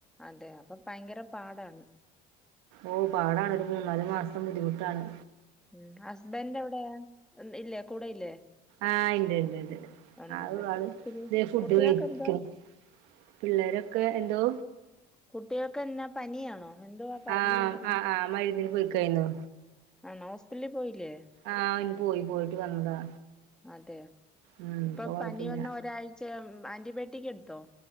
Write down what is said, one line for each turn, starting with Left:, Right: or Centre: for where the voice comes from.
Centre: അതെ അപ്പ ഭയങ്കര പാടാണ്
Right: ഓ പാടാണ് ഒരു മൂന്നാല് മാസം ബുദ്ധിമുട്ടാണ്
Centre: ഉം ഹസ്ബൻഡെവിടെയാ ഇല്ലേ കൂടെയില്ലേ
Right: ആഹ് ഇണ്ടിണ്ടിണ്ട്
Centre: ഉണ്ടുണ്ട്.
Right: ആള് ആള്
Centre: പിന്നെ
Right: ദേ ഫുഡ്
Centre: കുട്ടികൾക്കെന്താ?
Right: കഴിക്ണ് പിള്ളേരൊക്കെ എന്തോ
Centre: കുട്ടികൾക്ക് എന്നാ പനിയാണോ എന്തുവാ പറഞ്ഞോണ്ടല്ലോ?
Right: ആഹ് ആഹ് ആഹ് മരുന്നിന് പോയിക്കായിന്നു
Centre: ആണോ ഹോസ്പിറ്റലിൽ പോയില്ലേ
Right: ആഹ് ഇന് പോയി പോയിട്ട് വന്നതാ
Centre: അതെയോ
Right: ഉം
Centre: ഇപ്പൊ
Right: കൊഴപ്പില്ല
Centre: പനി വന്ന ഒരാഴ്ച ആന്റിബയോട്ടിക് എടുത്തോ